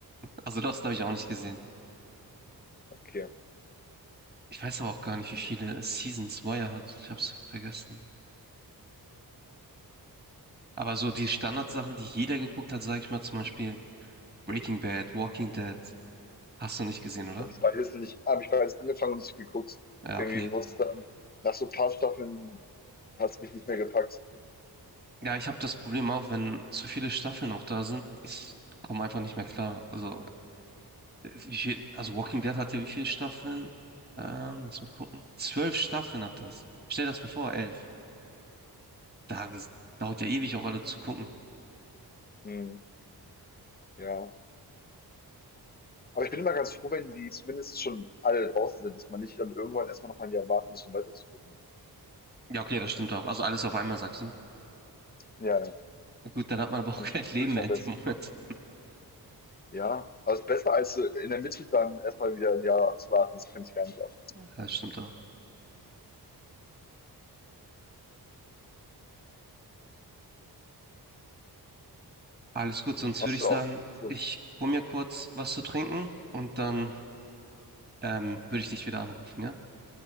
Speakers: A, on the right; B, on the left.
A: Also Lost habe ich auch nicht gesehen.
B: Okay.
A: Ich weiß aber auch gar nicht, wie viele
B: Nee.
A: Seasons Wire hat. Ich habe es vergessen. Aber so die Standardsachen, die jeder geguckt hat, sage ich mal zum Beispiel Breaking Bad, Walking Dead, hast du nicht gesehen, oder?
B: Und ich weiß nicht, habe ich bereits angefangen und nicht geguckt.
A: Ja,
B: Irgendwie
A: okay.
B: wurde es dann, nach so ein paar Staffeln hat es mich nicht mehr gepackt.
A: Ja, ich habe das Problem auch, wenn zu viele Staffeln auch da sind, ich komme einfach nicht mehr klar. Also, äh, wie viel, also Walking Dead hat ja wie viele Staffeln? Ähm, lass mal gucken. Zwölf Staffeln hat das. Stell das mal vor, elf. Da, das dauert ja ewig auch alle zu gucken.
B: Hm, ja. Aber ich bin immer ganz froh, wenn die zumindest schon alle draußen sind, dass man nicht dann irgendwann erstmal noch mal ein Jahr warten muss, um weiter zu gucken.
A: Ja, okay, das stimmt auch. Also alles auf einmal, sagst du.
B: Ja, ja.
A: Na Gut, dann hat man aber auch
B: Am
A: <laughs> kein
B: Stück
A: Leben
B: durch
A: mehr
B: am
A: in
B: besten.
A: dem Moment.
B: Ja, also ist besser als äh, in der Mitte dann erstmal wieder ein Jahr zu warten. Das könnte ich gar nicht ab.
A: Ja, Das stimmt auch. Alles gut, sonst
B: Hast
A: würde ich
B: du
A: sagen,
B: auch? Also,
A: ich hol mir kurz was zu trinken und dann ähm, würde ich dich wieder anrufen, ja?